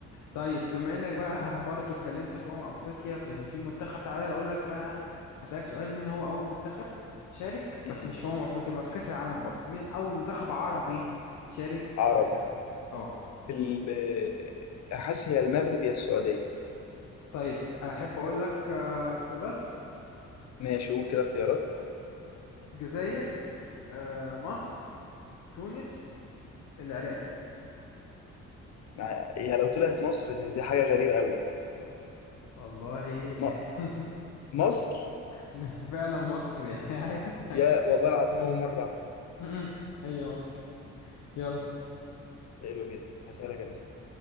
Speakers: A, on the left; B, on the left.
A: طيب بما انك بقى <laughs> برضو اتكلمت في امم افريقيا في ان في منتخب تعالى اقول لك بقى اسالك سؤال مين هو اول منتخب شارك
B: مم.
A: بس مش في امم افريقيا بقى في كاس العالم برضو مين اول منتخب عربي شارك
B: عربي
A: في كاس العالم اه
B: ال- حاسس هي المغرب يا السعودية
A: طيب احب اقول لك آه، اختيارات
B: ماشي قول كده اختيارات
A: الجزائر آه، مصر تونس العراق
B: مع... هي لو طلعت مصر دي دي حاجة غريبة قوي
A: والله
B: م...
A: <laughs>
B: مصر
A: <laughs> فعلا مصر يعني <laughs> هاي هاي
B: يا والله العظيم أول مرة أعرف
A: م-م. هي مصر يلا
B: حلو جدا هسألك أنا سؤال